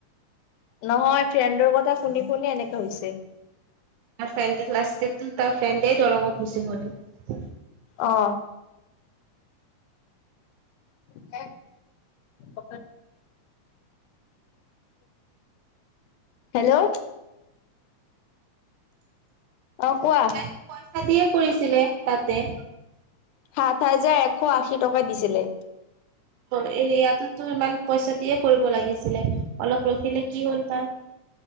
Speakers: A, on the left; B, on the right.
A: নহয় ফ্ৰেণ্ডৰ কথা শুনি শুনি এনেকাে হৈছে
B: ত ফ্ৰেণ্ডে লাষ্টে তাৰ ফ্ৰেণ্ডাই দৰঙত ভিচি প
A: অ ক ম হেল্ল' অ কোৱা
B: তাইতো পইচা দিয়ে কৰিছিলে তাতে
A: সাত হাজাৰ এশ আশী টকা দিছিলে
B: অ ইয়াতোতো ইমান পইচা দিয়ে কৰিব লাগিছিলে অলপ ৰখিল কি হ'ল তাৰ